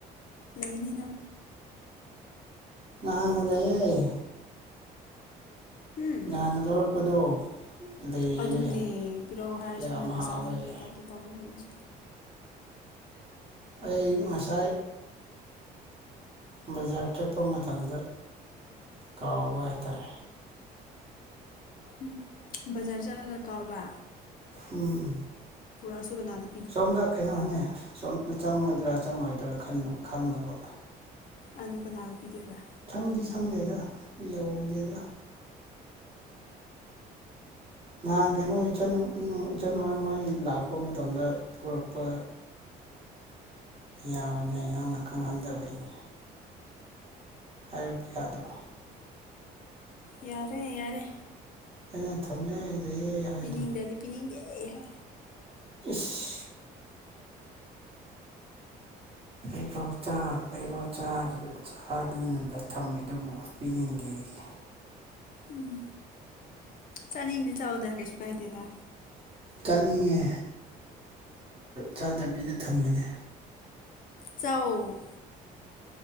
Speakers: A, on the left; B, on the right.
A: ꯂꯩꯅꯤꯅ
B: ꯑꯍꯥꯅ ꯂꯩꯌꯦ
A: ꯎꯝ
B: ꯅꯍꯥꯟꯅ ꯂꯧꯔꯛꯄꯗꯣ ꯂꯩꯔꯤꯌꯦ
A: ꯑꯗꯨꯗꯤ ꯄꯤꯔꯛ ꯍꯥꯏꯔꯁꯨ
B: ꯌꯥꯝ
A: ꯅꯪ ꯃꯆꯥꯅꯤꯡꯕꯒꯤ
B: ꯍꯥꯎꯋꯦ
A: ꯇꯥꯏꯞꯇ ꯇꯧꯋ ꯈꯣꯂꯛꯁꯤꯗꯤ
B: ꯑꯩ ꯉꯁꯥꯏ ꯕꯖꯥꯔ ꯆꯠꯄ ꯃꯇꯝꯗ ꯀꯥꯎꯕ ꯍꯥꯏꯇꯥꯔꯦ
A: ꯎꯝ ꯕꯖꯥ ꯆꯂꯒ ꯀꯥꯎꯕ
B: ꯎꯝ
A: ꯄꯨꯔꯥꯁꯨꯨꯒꯅꯥꯗ
B: ꯁꯣꯝꯗ ꯀꯩꯅꯣꯅꯤ ꯁꯣꯝꯗ ꯆꯪꯒꯗ꯭ꯔꯥ ꯆꯪꯉꯣꯏꯗ꯭ꯔꯥ ꯈ ꯈꯪꯗꯕ
A: ꯑꯗꯨ ꯀꯅꯥꯗ ꯄꯤꯗꯕ
B: ꯁꯪꯗꯤ ꯁꯪꯗꯦꯗ ꯌꯧꯗꯦꯗ ꯅꯍꯥꯟ ꯀꯩꯅꯣ ꯏꯆꯟ ꯏꯆꯟꯣꯏ ꯃꯣꯏ ꯂꯥꯛꯄ ꯃꯇꯝꯗ ꯄꯨꯔꯛꯄ ꯌꯥꯕꯅꯦ ꯅꯪꯅ ꯈꯪꯍꯟꯗꯕꯒꯤꯅꯦ ꯍꯥꯏꯔꯛꯄ ꯌꯥꯗ꯭ꯔꯣ
A: ꯌꯥꯔꯦ ꯌꯥꯔꯦ
B: ꯑꯩꯅ ꯊꯨꯝꯃꯦ ꯂꯩꯌꯦ ꯍꯥꯏꯗꯣ
A: ꯄꯤ ꯏꯌꯥꯗꯤ ꯄ ꯑꯩꯍ
B: <unintelligible> ꯑꯩꯐꯥꯎ ꯑꯩꯐꯥꯎ ꯆꯥꯗꯅ ꯊꯝꯃꯦ ꯑꯗꯨꯕꯨ ꯄꯤꯅꯤꯡꯗꯦꯒꯤ
A: ꯎꯝ ꯆꯅꯤꯡꯗꯤ ꯆꯗ ꯀꯩꯁꯨ ꯀꯥꯏꯗꯦ ꯇ
B: ꯆꯥꯅꯤꯡꯉꯦ ꯆꯥꯗꯕꯤꯗ ꯊꯝꯕꯅꯦ
A: ꯆꯥꯎ